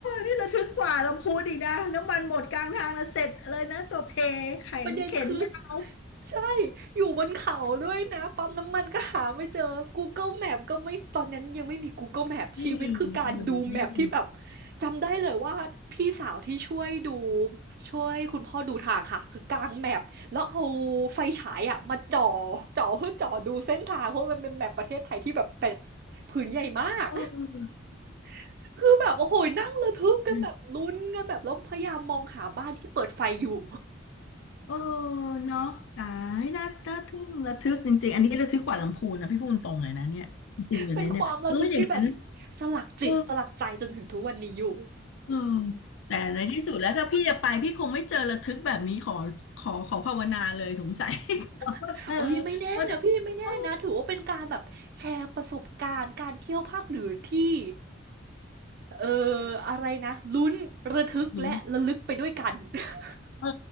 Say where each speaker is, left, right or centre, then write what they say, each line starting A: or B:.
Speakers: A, on the left (about 85°); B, on the right (about 55°).
A: นี่ระทึกกว่าลำพูนอีกนะน้ำมันหมดกลางทางแล้วเสร็จเลยนะจบเพแขนเข็นยาว
B: ประเด็นคือ <laughs> ใช่อยู่บนเขาด้วยนะปั๊มน้ำมันก็หาไม่เจอ Google Map ก็ไม่ตอนนั้นยังไม่มี Google Map
A: ไม่มีเออไม่มี
B: ชีวิตคือการดูแมพที่แบบจำได้เลยว่าพี่สาวที่ช่วยดูช่วยคุณพ่อดูทางค่ะคือกางแมพแล้วเอาไฟฉายอะมาจ่อจ่อเพื่อจ่อดูเส้นทางเพราะมันเป็นแมปประเทศไทยที่แบบเป็ดผืนใหญ่มาก
A: เอ
B: <laughs> คือแบบโอ้โหนั่งระทึกกันแบบลุ้นกันแบบแล้วพยายามมองหาบ้านที่เปิดไฟอยู่
A: อ เออเนาะตายน่าน่าทึ่งระทึกจริงๆอันนี้ระทึกกว่าลำพูนนะพี่พูดตรงเลยนะเนี่ยจริงๆอันเนี้ยเนี่ยเอออย่างนั้น
B: เป็นความระทึกที่แบบสลักจิตสลักใจจนถึงทุกวันนี้อยู่
A: เออเออแต่ในที่สุดแล้วถ้าพี่จะไปพี่คงไม่เจอระทึกแบบนี้ขอขอขอภาวนาเลยสงสัย <laughs>
B: <laughs>
A: เออ
B: เอ้ยไม่แน่นะพี่ไม่แน่นะถือว่าเป็นการแบบแชร์ประสบการณ์การเที่ยวภาคเหนือที่
A: เพราะทุกโอ้
B: เอ่ออะไรนะลุ้นระทึกและระลึกไปด้วยกัน
A: ลุ้น
B: <laughs>
A: เออ